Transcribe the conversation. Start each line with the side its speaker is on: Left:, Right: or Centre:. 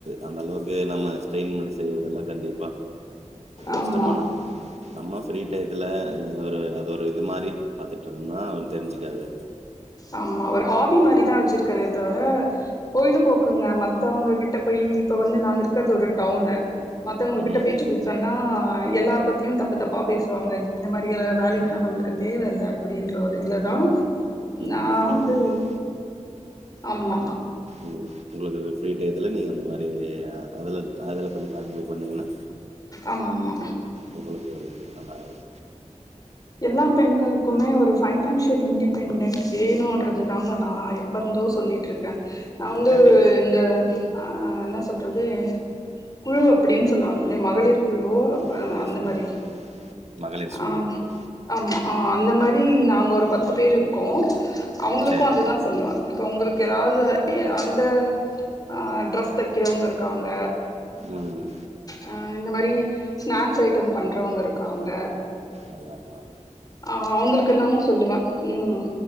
Right: அந்த அளவுக்கு நம்ம ஸ்ட்ரெயின் பண்ணி செய்றதெல்லா கண்டிப்பா கஷ்டமானது
Left: ஆமா
Right: நம்ம ஃப்ரீ டையத்துல ஒரு அது ஒரு இது மாரி பாத்துட்டுருந்துன்னா அவனு தெரிஞ்சுக்காது
Left: ஆமா ஒரு ஹாபி மாரிதா வெச்சிருக்கனே தவிர பொழுதுபோக்குங்க மத்தவங்க கிட்ட போய் இப்ப வந்து நாங்க இருக்கறது ஒரு டவுனு மத்தவங்க கிட்ட
Right: ம்
Left: பேச்சு குடுத் சொன்னா எல்லார் பத்தியு தப்பு தப்பா பேசுவாங்க இந்த மாரிய வேலைகள்லா நம்மளுக்கு தேவயில்ல அப்டின்ற ஒரு இதுலதா நா
Right: நம்ம ஃப்ரீ
Left: வந்து
Right: டயத்துல
Left: ஆமா
Right: ம் உங்களுக்கு ஃப்ரீ டைத்துல நீங்க அந்த மாரி அதுல அதுல கொஞ்ச கான்ஸன்ரட் பண்ணீங்கன்னா
Left: ஆமா ஆமா
Right: உங்களுக்கு அது ஒரு <unintelligible>
Left: எல்லா பெண்களு க்குமே ஒரு ஃபைனான்சியல் இன்டிபெண்டன்ட் வேணுறது தாங்க நா எப்ப இருந்தோ சொல்லிட்டு இருக்கே நா வந்து
Right: கேண்டிடேட்
Left: ஒரு இந்த ஆ என்ன சொல்றது குழு அப்டின் சொல்லுவாங்க இல்லயா மகளிர் குழு
Right: மகளிர்
Left: அ அந்த
Right: சுய
Left: மாரி
Right: மகளிர் சுய
Left: ஆ
Right: உதவி குழு.
Left: ஆமா அ அந்த மாரி நாங்க ஒரு பத்து பேர் இருக்கோ அவங்களுக்கு
Right: சரி.
Left: அதுதா சொல்லுவா இப்போ உங்களுக்கு ஏதாவது எ அதுல ஆ ட்ரெஸ் தைக்கிறவங்க இருக்காங்க
Right: ம்
Left: அ இந்த மாரி ஸ்நாக்ஸ் ஐட்டம் பண்றவங்க இருக்காங்க
Right: எல்லா இருக்காங்க
Left: ஆ அவங்களுக்கு எல்லாமு சொல்லுவே ம்